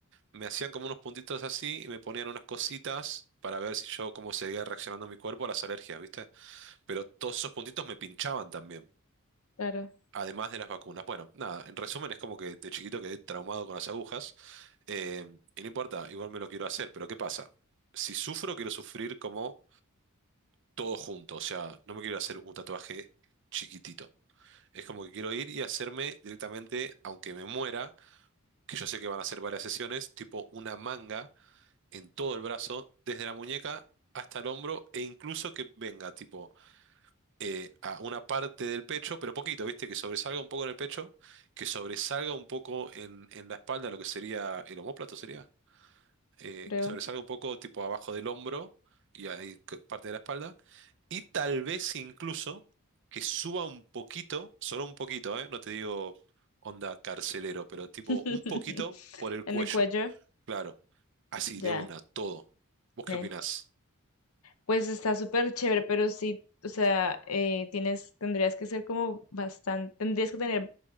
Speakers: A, on the right; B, on the left.
A: Me hacían como unos puntitos así y me ponían unas cositas para ver si yo cómo seguía reaccionando mi cuerpo a las alergias, ¿viste? Pero todos esos puntitos me pinchaban también,
B: Claro,
A: además de las vacunas. Bueno, nada, en resumen es como que de chiquito quedé traumado con las agujas. Eh, y no importa, igual me lo quiero hacer, pero ¿qué pasa? Si sufro, quiero sufrir como todo junto, o sea, no me quiero hacer un tatuaje chiquitito. Es como que quiero ir y hacerme directamente, aunque me muera, que yo sé que van a ser varias sesiones, tipo una manga en todo el brazo, desde la muñeca hasta el hombro, e incluso que venga, tipo, eh, a una parte del pecho, pero poquito, ¿viste? Que sobresalga un poco en el pecho, que sobresalga un poco en, en la espalda, lo que sería el omóplato, ¿sería? eh,
B: creo.
A: que sobresalga un poco tipo abajo del hombro y ahí c- parte de la espalda. Y tal vez incluso que suba un poquito, solo un poquito, ¿eh? No te digo onda carcelero, pero tipo
B: <laughs>
A: un poquito por el
B: En
A: cuello,
B: el cuello,
A: claro. Así, de
B: ya.
A: una, todo. ¿Vos
B: ne.
A: qué opinás?
B: Pues está súper chévere, pero sí, o sea, eh, tienes, tendrías que ser como bastante, tendrías que tener